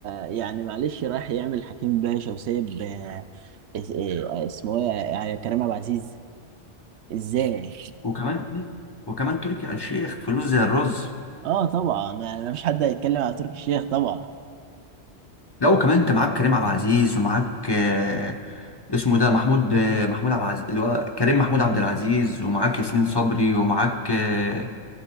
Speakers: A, on the right; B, on the left.
A: يعني معلش رايح يعمل حكيم باشا وسايب آه، اس- آه، اسمه ايه يعني كريم عبد العزيز ازاي
B: وكمان وكمان تركي آل الشيخ فلوس زي الرز
A: اه طبعا يعني مفيش حد هيتكلم على تركي الشيخ طبعا
B: لا وكمان انت معاك كريم عبد العزيز ومعاك آه، اسمه ده محمود آه، محمود عبد العزيز اللي هو كريم محمود عبد العزيز ومعاك ياسمين صبري ومعاك آه،